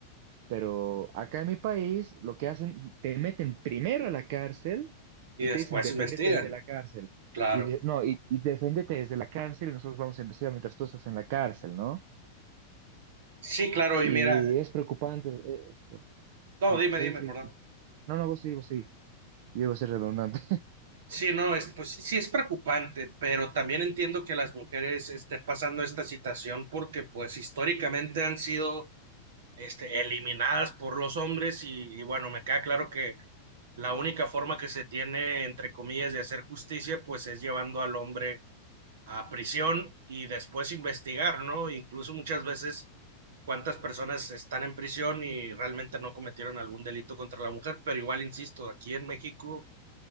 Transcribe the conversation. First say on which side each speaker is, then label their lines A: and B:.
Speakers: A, on the right (about 55°); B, on the right (about 80°).
A: Pero acá en mi país lo que hacen, te meten primero a la cárcel
B: Y
A: y
B: después
A: te dicen, defiéndete
B: investigan,
A: desde
B: ¿no?
A: la cárcel.
B: Claro.
A: Y de- no, y, y defiéndete desde la cárcel y nosotros vamos a investigar mientras tú estás en la cárcel, ¿no?
B: Sí, claro,
A: Y
B: y mira,
A: es preocupante eh, esto.
B: no,
A: Mm,
B: dime,
A: Sí,
B: dime,
A: sí.
B: perdón.
A: No, no, vos sí, vos sí. Yo iba a ser redundante.
B: Sí, no, es, pues sí sí es preocupante, pero también entiendo que las mujeres estén pasando esta situación porque pues históricamente han sido este, eliminadas por los hombres y, y, bueno, me queda claro que la única forma que se tiene, entre comillas, de hacer justicia pues es llevando al hombre a prisión y después investigar, ¿no? Incluso muchas veces cuántas personas están en prisión y realmente no cometieron algún delito contra la mujer, pero igual, insisto, aquí en México